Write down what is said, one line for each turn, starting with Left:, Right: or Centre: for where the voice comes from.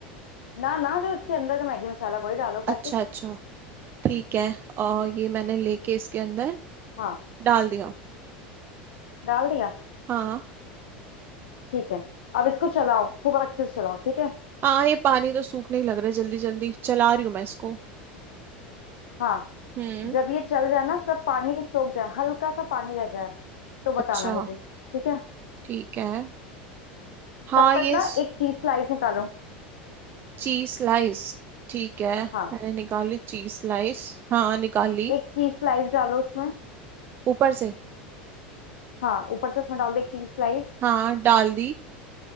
Left: ना ना जो इसके अंदर का मैगी मसाला वही डालो
Right: अच्छा
Left: पैकेट
Right: अच्छा ठीक है और ये मैंने लेके इसके अंदर
Left: हाँ
Right: डाल दिया
Left: डाल दिया
Right: हाँ
Left: ठीक है अब इसको चलाओ खूब अच्छे से चलाओ ठीक है
Right: हाँ ये पानी तो सूखने ही लग रहा है जल्दी जल्दी चला रही हूँ मैं इसको
Left: हाँ
Right: हम्म
Left: जब ये चल जाए ना सब पानी सोख जाए हल्का सा पानी रह जाए तो बताना
Right: अच्छा
Left: मुझे ठीक है
Right: ठीक है हाँ
Left: तब तक
Right: ये
Left: ना एक चीज स्लाइस निकालो
Right: चीज स्लाइस ठीक है
Left: हाँ
Right: मैंने निकाली चीज स्लाइस हाँ निकाली
Left: एक चीज स्लाइस डालो उसमें
Right: ऊपर से
Left: हाँ ऊपर से उसमें डाल दो एक चीज स्लाइस
Right: हाँ डाल दी